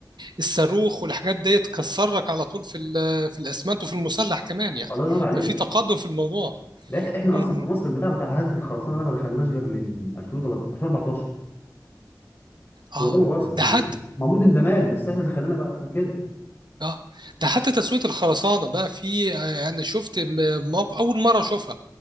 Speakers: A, on the right; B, on the left.
A: الصاروخ والحاجات دي تكسرك على طول في ال- آه، في الاسمنت وفي المسلح كمان يعني
B: الله ينور عليك
A: ففي تقدم في الموضوع
B: لا، إح- احنا
A: امم
B: اصلا في مصر البتاع بتاع هزة الخرسانه ده ما دخلناش غير من 2013 2014 والله
A: اه
B: ما بهزر يعني
A: ده حتى
B: موجود من زمان بس احنا دخلنا بقى كده
A: اه ده حتى تسوية الخرسانة بقى في آه، انا شفت م- موقع اول مرة اشوفها